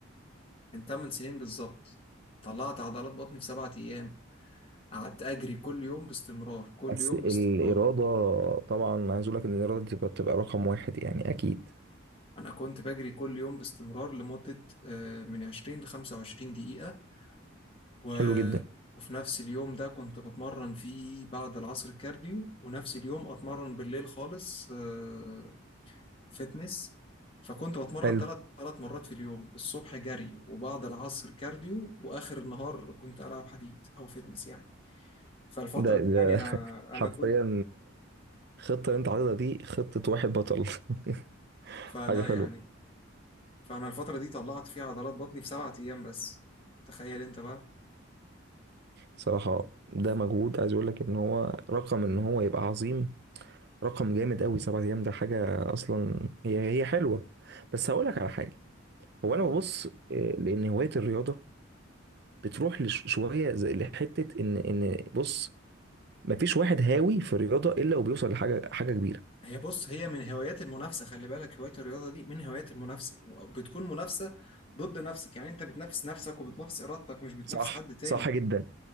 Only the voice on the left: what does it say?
من 8 سنين بالظبط طلعت عضلات بطني في سبعة أيام قعدت أجري كل يوم باستمرار كل
يوم
باستمرار
أنا كنت بجري كل يوم باستمرار لمدة آه، من 20 ل 25 دقيقة و...
وفي نفس اليوم ده كنت بتمرن فيه بعد العصر كارديو ونفس اليوم أتمرن بالليل خالص آه، فتنس فكنت بتمرن
ثلاث ثلاث مرات في اليوم الصبح جري وبعد العصر كارديو وآخر النهار كنت ألعب حديد أو فتنس يعني فالفترة
دي
يعني أنا
أنا
كنت
فلا
يعني فانا الفتره دي طلعت فيها عضلات بطني في سبعة ايام بس تخيل انت بقى
ف-
هو
هي بص هي من هوايات المنافسه خلي بالك هوايه الرياضه دي من هوايات المنافسه بتكون منافسه ضد نفسك يعني انت بتنافس نفسك وبتنافس ارادتك مش بتنافس
حد تاني